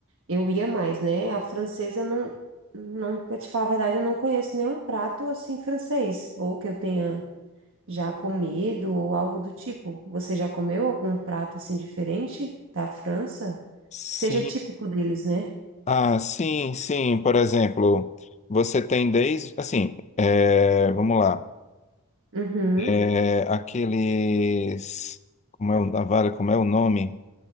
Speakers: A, on the right; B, on the left.
A: eu ia mais, né? A francesa não, não, para te falar a verdade, eu não conheço nenhum prato assim francês, ou que eu tenha já comido ou algo do tipo. Você já comeu algum prato assim diferente da França?
B: sim
A: Que seja típico deles, né?
B: Ah, sim, sim. Por exemplo, você tem desde, assim, é, vamos lá,
A: Uhum.
B: é, aqueles, como é o, vale, como é o nome?